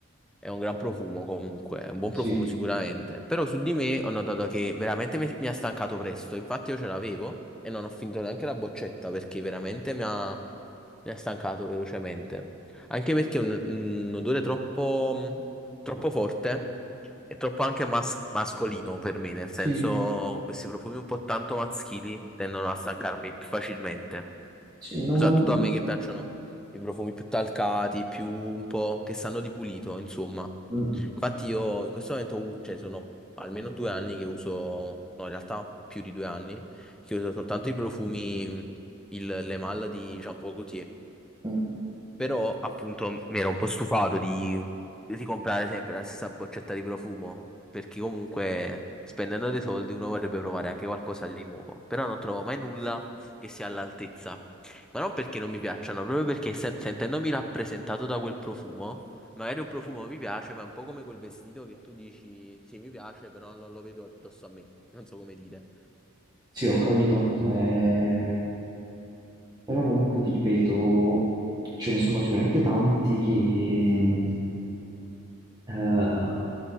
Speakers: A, in the centre; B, on the right.
A: è un gran profumo comunque, è un buon
B: Sì,
A: profumo sicuramente. Però su di me ho notato che veramente mi, mi ha stancato presto. Infatti io ce l'avevo e non ho finito neanche la boccetta perché veramente mi ha, mi ha stancato velocemente. Anche perché è un, un odore troppo, mh, troppo forte e troppo anche mas- mascolino per me, nel senso
B: sì,
A: questi profumi un po' tanto maschili tendono a stancarmi più facilmente.
B: Sì, no,
A: Soprattutto
B: ma... mm,
A: a me che piacciono i profumi più talcati, più un po' che sanno di pulito, insomma.
B: mm,
A: Infatti io in questo momento, u- cioè sono almeno due anni che uso, no in realtà più di due anni, che uso soltanto i profumi, mh, il, le malle di Jean Paul Gaultier.
B: mm.
A: Però appunto mi ero un po' stufato di ricomprare sempre la stessa boccetta di profumo, perché comunque spendendo dei soldi uno vorrebbe provare anche qualcosa di nuovo, però non trovo mai nulla che sia all'altezza. Ma non perché non mi piacciono, proprio perché sen- sentendomi rappresentato da quel profumo, magari un profumo mi piace, ma è un po' come quel vestito che tu dici, sì, mi piace, però non lo vedo addosso a me. Non so come dire.
B: Sì, ho capito. Eh, Però comunque ti ripeto, ce ne sono sicuramente tanti che, eh,